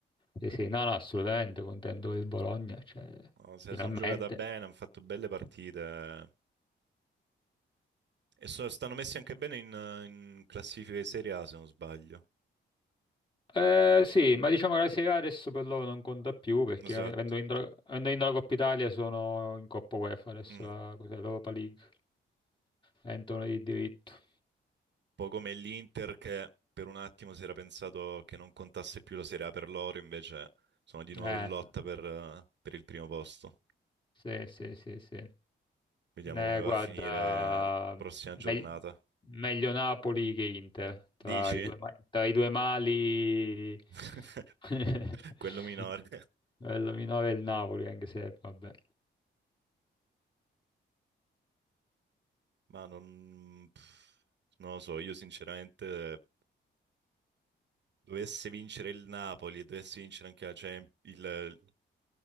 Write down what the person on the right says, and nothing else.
No, se
la sono giocata bene, hanno fatto belle partite. E sono- stanno messi anche bene in, in classifica di Serie A, se non sbaglio.
Esatto.
Mm.
po' come l'Inter che per un attimo si era pensato che non contasse più la Serie A per loro, invece sono di nuovo
in lotta per, eh, per il primo posto.
Vediamo
come va
a finire la prossima
giornata.
Dici?
<laughs>
Quello minore.
Ma non, pff, non lo so, io sinceramente dovesse vincere il Napoli e dovesse vincere anche la Champions,